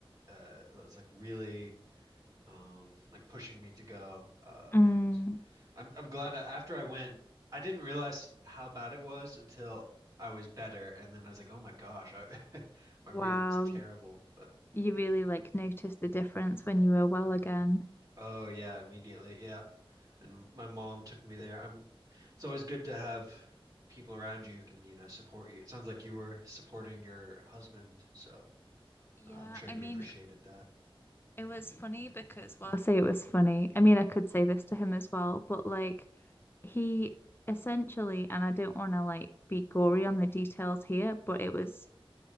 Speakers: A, on the right; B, on the left.
A: uh it was like really um like pushing me to go uh
B: Mm.
A: and I'm I'm glad I, after I went I didn't realize how bad it was until I was better and then I was like oh my gosh I, <laughs>
B: Wow,
A: my breathing was terrible
B: y-
A: but
B: you really like noticed the difference when you were well again.
A: oh yeah immediately yeah and my mom took me there I'm it's always good to have people around you who can you know support you it sounds like you were supporting your husband so
B: Yeah,
A: uh, I'm sure
B: I
A: he
B: mean,
A: appreciated that
B: it was funny because i well, I say it was funny. I mean, I could say this to him as well, but like he essentially, and I don't want to like be gory on the details here, but it was